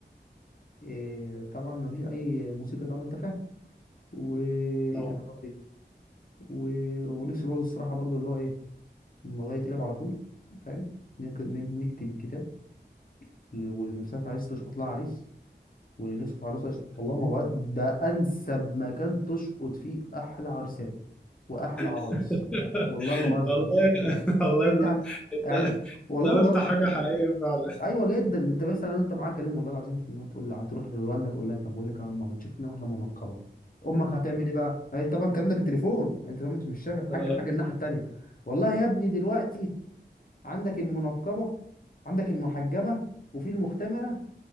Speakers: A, on the left; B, in the centre.
A: إيه طبعا مفيش اي موسيقى طبعا انت فاهم وايه
B: طبعا
A: تاني يا ربي و... ونفسي برضه الصراحه برضه اللي هو ايه الموضوع يتقلب على طول فاهم نكتب, نكتب الكتاب اللي- واللي نفسها في عريس تشقط لها عريس واللي نفسه في عروسه يشقط والله ما بقى ده انسب مكان تشقط فيه احلى عرسان واحلى عرايس
B: <laughs>
A: والله ما بهزر
B: والله والله
A: انت
B: ده- انت
A: قاعد والله
B: انت قلت
A: ما بهزر
B: حاجة حقيقية فعلا
A: ايوه جدا انت مثلا انت معاك كريم والله العظيم في المية تقول لها هتروح للوالده تقول لها طب بقول لك يا ماما ما تشوف لنا واحده منقبه امك هتعمل ايه بقى؟ هي طبعا الكلام ده بالتليفون انت طبعا مش شايف الحاجه
B: آه.
A: الحاجه الناحيه التانيه والله يا ابني دلوقتي عندك المنقبه عندك المحجبه وفي المختمره